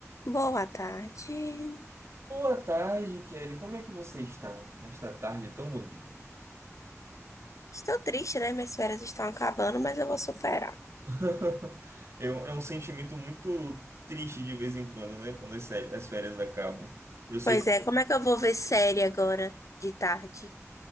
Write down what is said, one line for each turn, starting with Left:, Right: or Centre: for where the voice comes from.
Left: Boa tarde.
Right: Boa tarde, Kelly. Como é que você está nesta tarde tão bonita?
Left: Estou triste, né? Minhas férias estão acabando, mas eu vou superar.
Right: <laughs> Eu- é um sentimento muito triste de vez em quando, né? Quando as, séries- as férias acabam. Eu sei.
Left: Pois
Right: que-
Left: é, como é que eu vou ver série agora de tarde?